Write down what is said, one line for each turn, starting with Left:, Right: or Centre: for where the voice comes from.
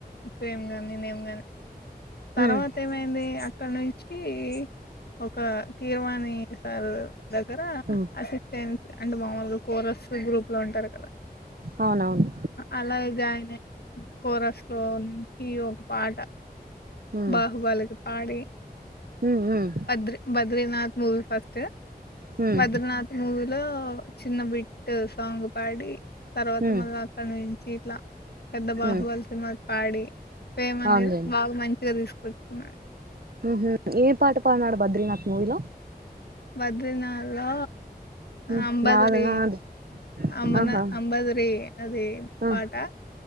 Left: ఫేమ్ గాని నేమ్ గాని తర్వాత
Right: ఉమ్
Left: ఏమైంది అక్కడ నుం చి ఒక కిర్వాణి సార్ దగ్గర
Right: ఉమ్
Left: అసిస్టెంట్ గా అంటే మామూలుగా కోరస్ గ్రూప్ లో ఉంటారు
Right: అవునవును
Left: అలాగ జాయిన్ అయి కోరస్లో నుంచి ఒక పాట
Right: హ్మ్
Left: బాహుబాలకి పాడి
Right: హ్మ్ హ్మ్
Left: బద్రి బద్రినాథ్ మూవి ఫస్ట్
Right: హ్మ్
Left: బద్రినాథ్ మూవీలో చిన్న బిట్ సాంగ్ పాడి తర్వాత
Right: హ్మ్
Left: మళ్ళీ అక్కడ నుంచి ఇట్లా పెద్ద బాహుబలి
Right: హ్మ్
Left: సినిమాకి పాడి ఫేమ్ అనేది
Right: అవునులేండి
Left: బాగా మంచిగా తీసుకొచ్చుకున్నాడు
Right: ఉంహు ఏం పాట పాడినాడు బద్రినాథ్ మూవీలో
Left: బద్రినాథ్ లో
Right: హ్మ్
Left: అంబదరి
Right: నాది నాది
Left: అమనా
Right: ఆహా
Left: అంబదరి అది
Right: ఆ
Left: పాట